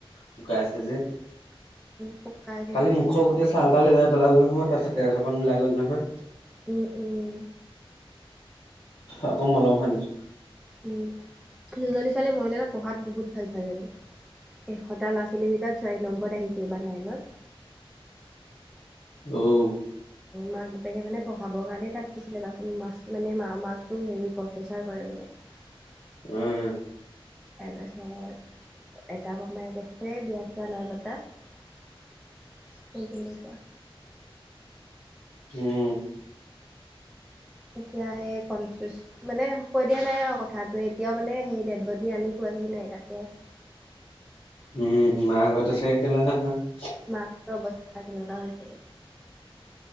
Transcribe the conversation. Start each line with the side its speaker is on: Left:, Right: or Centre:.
Left: শুকাই আছে যে
Centre: শুকাইছে
Left: কালি
Centre: কাৰণে
Left: মুখক গোটেই চাল তাল এৰোৱাই পেলালে নহয়। তাৰপাছতে আছ কো লাগল নহয়।
Centre: উম, উম।
Left: আকৌ মলম হানিছো
Centre: উম, যোনজনী ছোৱালী মৰিলে পঢ়াত বহুত ভাল ছোৱালীজনীৰ এশটা ল'ৰা ছোৱালীৰ ভিতৰত চাৰি নম্বৰত আহিছেবাৰ নাইনত
Left: অ'
Centre: মাক দেউতাকে মানে পঢ়াবৰ কাৰণে তাত থৈছিলে বা মানে মা মাকো হেৰি প্ৰফেচাৰ কৰে বোলে। <unintelligible>
Left: উম
Centre: তাৰপাছত এটা বৰমাই কৈছে আছে বিয়া ছিয়া নাই পতা সেই তেনেকুৱা
Left: উম।
Centre: এতিয়া সেই কনফিউজ মানে কৈ দিয়া নাই আৰু কথাাতটো এতিয়াও মানে সেই ডেদবডি আনি পোৱা বি নাই তাটে আছে।
Left: উম, মাকহত আছে <unintelligible>
Centre: মাকহঁতৰ অৱস্থা কেনেকুৱা হৈছে।